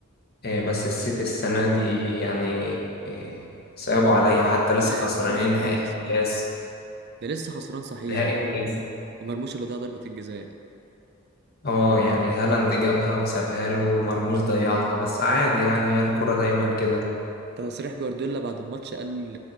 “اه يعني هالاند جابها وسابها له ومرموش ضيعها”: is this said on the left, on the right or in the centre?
Left